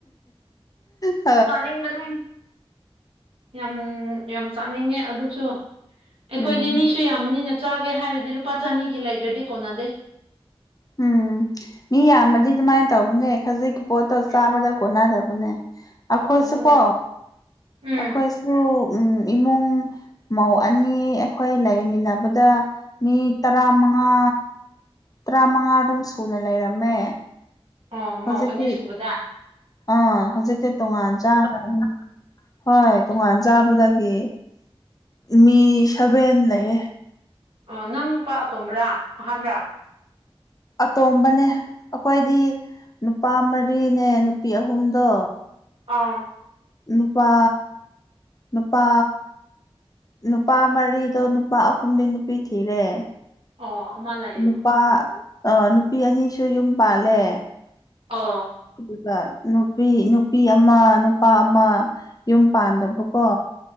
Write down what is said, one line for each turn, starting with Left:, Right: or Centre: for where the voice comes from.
Left: ꯍꯝꯍꯝꯍꯝ
Right: ꯆꯥꯅꯤꯡꯕꯅꯦ ꯌꯥꯝ ꯌꯥꯝ ꯆꯥꯅꯤꯡꯉꯦ ꯑꯗꯨꯁꯨ ꯑꯩꯈꯣꯏꯗꯤ
Left: ꯎꯝ
Right: ꯃꯤꯁꯨ ꯌꯥꯝꯕꯅꯤꯅ ꯆꯥꯒꯦ ꯍꯥꯏꯔꯗꯤ ꯂꯨꯄꯥ ꯆꯅꯤꯒꯤ ꯂꯩꯗ꯭ꯔꯗꯤ ꯀꯣꯟꯅꯗꯦ
Left: ꯎꯝ ꯃꯤ ꯌꯥꯝꯕꯗꯤ ꯑꯗꯨꯃꯥꯏꯅ ꯇꯧꯕꯅꯦ ꯈꯖꯤꯛ ꯄꯣꯠꯇꯣ
Right: ꯎꯝ
Left: ꯆꯥꯕꯗ ꯀꯣꯟꯅꯗꯕꯅꯦ ꯑꯩꯈꯣꯏꯁꯨꯀꯣ
Right: ꯑꯗꯨꯅꯦ ꯎꯝ
Left: ꯑꯩꯈꯣꯏ ꯁꯨ ꯏꯃꯨꯡ ꯃꯧ ꯑꯅꯤ ꯑꯩꯈꯣꯏ ꯂꯩꯃꯤꯟꯅꯕꯗ ꯃꯤ ꯇꯔꯥꯃꯉꯥ ꯇꯔꯥꯃꯉꯥꯔꯣꯝ ꯁꯨꯅ ꯂꯩꯔꯝꯃꯦ
Right: ꯑꯣ ꯃꯧ
Left: ꯍꯧꯖꯤꯛꯇꯤ
Right: ꯑꯅꯤ ꯁꯨꯕꯗ
Left: ꯑꯥ ꯍꯧꯖꯤꯛ ꯍꯩꯖꯤꯛꯇꯤ ꯇꯣꯉꯥꯟ ꯆꯥꯈ꯭ꯔꯥꯅꯤ ꯍꯣꯏ
Right: ꯑꯣ
Left: ꯇꯣꯉꯥꯟ ꯆꯥꯕꯗꯒꯤ ꯃꯤ ꯁꯚꯦꯟ ꯂꯩꯌꯦ
Right: ꯑꯣ ꯅꯪ ꯅꯨꯄꯥ ꯑꯇꯣꯝꯕ꯭ꯔꯥ ꯑꯍꯥꯟꯔꯥ
Left: ꯑꯇꯣꯝꯕꯅꯦ ꯑꯩꯈꯣꯏꯗꯤ ꯅꯨꯄꯥ ꯃꯔꯤꯅꯦ ꯅꯨꯄꯤ ꯑꯍꯨꯝꯗꯣ
Right: ꯑꯥ
Left: ꯅꯨꯄꯥ ꯅꯨꯄꯥ ꯅꯨꯄꯥ ꯃꯔꯤꯗꯣ ꯅꯨꯄꯥ ꯑꯍꯨꯝꯗꯤ ꯅꯨꯄꯤ ꯊꯤꯔꯦ
Right: ꯑꯣ ꯑꯃ ꯂꯩ
Left: ꯅꯨꯄꯥ ꯑꯥ ꯅꯨꯄꯤ ꯑꯅꯤꯁꯨ ꯌꯨꯝ ꯄꯥꯜꯂꯦ
Right: ꯑꯣ
Left: ꯑꯗꯨꯒ ꯅꯨꯄꯤ ꯅꯨꯄꯤ ꯑꯃ ꯅꯨꯄꯥ ꯑꯃ ꯌꯨꯝ ꯄꯥꯟꯗꯕꯀꯣ